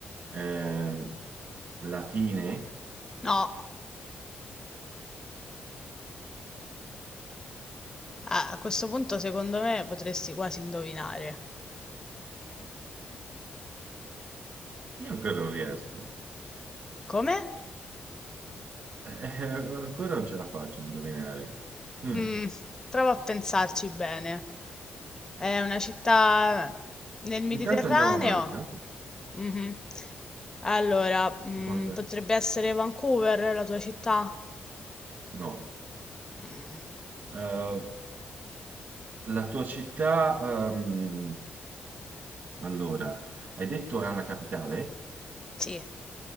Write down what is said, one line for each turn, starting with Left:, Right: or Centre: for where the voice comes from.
Right: ehm, latine,
Left: No, a a questo punto secondo me potresti quasi indovinare.
Right: io ancora non riesco.
Left: Come?
Right: Eh, eh, ancora non ce la faccio a indovinare. Mm.
Left: Mh, prova a pensarci bene. È una città nel Mediterraneo?
Right: Intanto andiamo avanti. tanto,
Left: Mhm. Allora,
Right: Secondo
Left: mm, potrebbe
Right: te?
Left: essere Vancouver la tua città?
Right: No.
Left: Mm,
Right: Eh, la tua città, ehm, allora, hai detto è una capitale,
Left: sì.